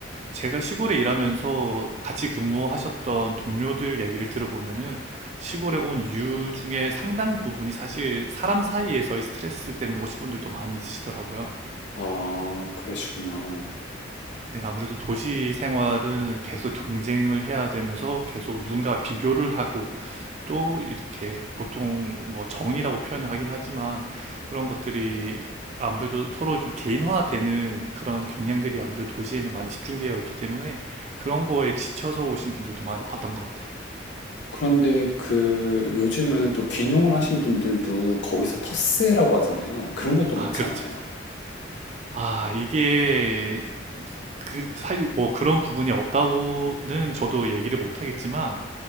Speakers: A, on the right; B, on the left.
A: 제가 시골에 일하면서 같이 근무하셨던 동료들 얘기를 들어보면은 시골에 온 이유 중에 상당 부분이 사실 사람 사이에서의 스트레스 때문에 오신 분들도 많이 있으시더라고요.
B: 아, 그러시구나.
A: 네, 아무래도 도시 생활은 계속 경쟁을 해야 되면서 계속 누군가와 비교를 하고 또 이렇게 보통 뭐 정이라고 표현을 하긴 하지만 그런 것들이 아무래도 서로 좀 개인화되는 그런 경향들이 아무래도 도시에는 많이 집중되어 있기 때문에 그런 거에 지쳐서 오신 분들도 많이 봤던 것 같아요.
B: 그런데 그 요즘은 또 귀농을 하신 분들도 거기서 텃세라고 하잖아요. 그런 것도
A: 아,
B: 많지
A: 그렇죠.
B: 않나요?
A: 아, 이게 그, 사실 뭐 그런 부분이 없다고는 저도 얘기를 못 하겠지만